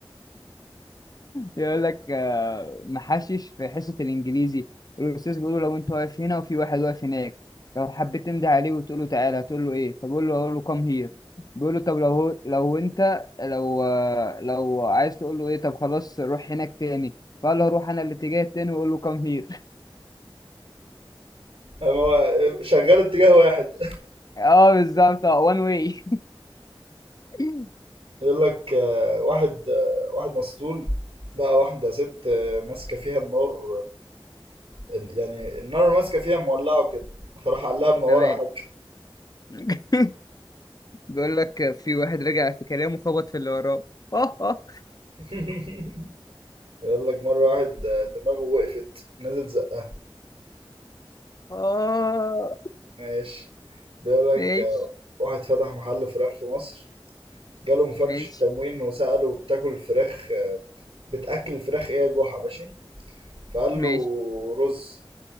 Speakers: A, on the left; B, on the right.
A: يقول لك آه، محشش في حصة الإنجليزي الأستاذ بيقول له لو أنت واقف هنا وفي واحد واقف هناك لو حبيت تنده عليه وتقول له تعالى هتقول له إيه فبقول له هقول له كام هير بيقول له طب لو هو لو أنت لو آه، لو عايز تقول له إيه طب خلاص روح هناك تاني فقال له هروح أنا الاتجاه التاني وأقول له كام هير
B: قام هو شغال اتجاه واحد
A: اه بالظبط اه وان واي <laughs>
B: <laughs> يقول لك آه، واحد آه، واحد مسطول لقى واحده ست آه، ماسكه فيها النار آه، يعني النار ماسكه فيها مولعه كده فراح قال لها منوره
A: تمام
B: يا حاج
A: <laughs> بيقول لك في واحد رجع في كلامه خبط في اللي وراه <laughs> اه اه
B: <laughs> <applause> بيقول لك مره واحد آه، دماغه وقفت نزل زقها
A: آه.
B: ماشي بيقول لك
A: ماشي
B: آه، واحد فتح محل فراخ في مصر جاله مفتش
A: ماشي
B: التموين وسأله بتاكل فراخ آه، بتاكل الفراخ ايه يا جحا ماشي فقال
A: ماشي
B: له رز